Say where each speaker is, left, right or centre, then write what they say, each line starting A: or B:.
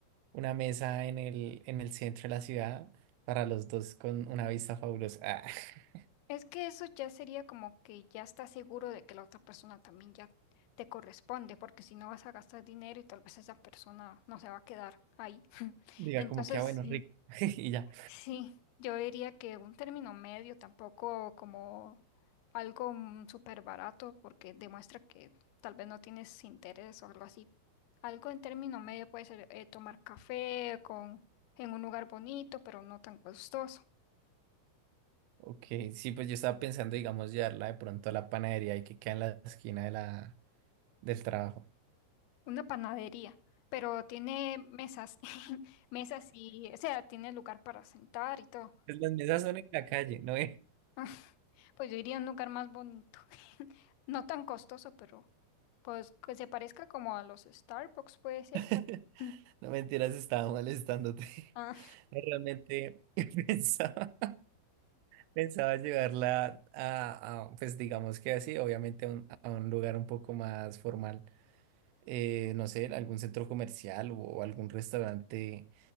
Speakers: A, on the right (about 80°); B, on the left (about 80°).
A: una mesa en el, en el centro de la ciudad para los dos con una vista fabulosa. Ah, <laughs>
B: Es que eso ya sería como que ya estás seguro de que la otra persona también ya te corresponde, porque si no vas a gastar dinero y tal vez esa persona no se va a quedar ahí. <laughs>
A: diga
B: Entonces,
A: como que, ah, bueno,
B: sí,
A: rico. <laughs> Y ya.
B: sí, yo diría que un término medio tampoco como algo mm, súper barato, porque demuestra que tal vez no tienes interés o algo así. Algo en término medio puede ser eh, tomar café con, en un lugar bonito, pero no tan costoso.
A: Ok, sí, pues yo estaba pensando, digamos, llevarla de pronto a la panadería y que queda en la esquina de la, del trabajo.
B: Una panadería, pero tiene mesas, <laughs> mesas y, o sea, tiene lugar para sentar y todo.
A: Pues las mesas son en la calle, no, eh,
B: <laughs> Pues yo iría a un lugar más bonito, <laughs> no tan costoso, pero pues que se parezca como a los Starbucks puede ser.
A: <laughs>
B: <laughs>
A: no mentiras, estaba molestándote.
B: Ah,
A: <laughs> No, Realmente <laughs> pensaba, pensaba llevarla a, a, pues digamos que así, obviamente a un, a un lugar un poco más formal, Eh, no sé, algún centro comercial o algún restaurante